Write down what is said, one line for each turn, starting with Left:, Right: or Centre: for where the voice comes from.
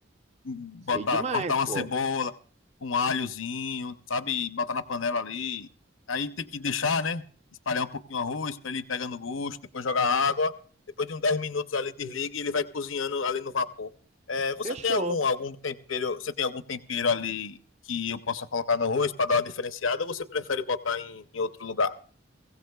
Left: botar,
Right: Sei demais,
Left: cortar uma
Right: pô.
Left: cebola, um alhozinho, sabe? E Botar na panela ali. Aí tem que deixar, né? Espalhar um pouquinho o arroz para ele ir pegando gosto, depois jogar água. Depois de uns 10 minutos ali desliga e ele vai cozinhando ali no vapor. É, você
Right: Fechou.
Left: tem algum, algum tempero, você tem algum tempero ali que eu possa colocar no arroz para dar uma diferenciada ou você prefere botar em, em outro lugar?